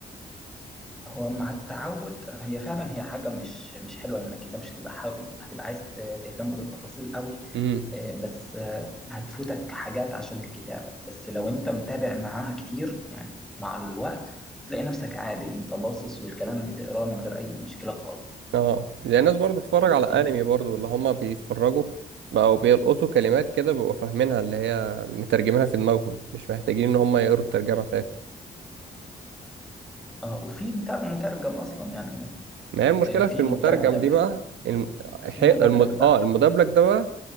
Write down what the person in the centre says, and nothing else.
هو مع التعود هي فعلا هي حاجه مش مش حلوه لانك انت مش هتبقى حابب هتبقى عايز ت- تهتم بالتفاصيل قوي
آه، بس آه، هتفوتك حاجات عشان الكتابه بس لو انت متابع معاها كتير يعني مع الوقت هتلاقي نفسك عادي انت باصص والكلام بتقراه من غير اي مشكله خالص
يعني
في
اه وفي متر- مترجم اصلا يعني
آه، في
مدبلج
في مدبلج
بقى